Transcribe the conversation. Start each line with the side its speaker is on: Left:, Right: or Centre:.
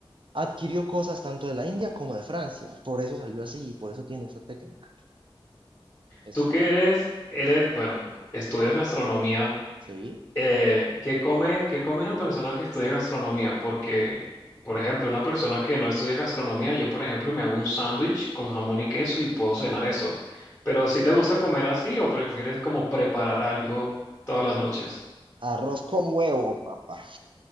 Right: adquirió cosas tanto de la India como de Francia, por eso salió así y por eso tiene esa técnica. Es,
Left: tú que eres, eres, bueno, estudias gastronomía.
Right: sí.
Left: eh, ¿qué come, qué come una persona que estudia gastronomía? Porque, por ejemplo, una persona que no estudia gastronomía, yo, por ejemplo, me hago un sándwich con jamón y queso y puedo cenar eso. Pero si te gusta comer así o prefieres como preparar algo todas las noches?
Right: Arroz con huevo, papá.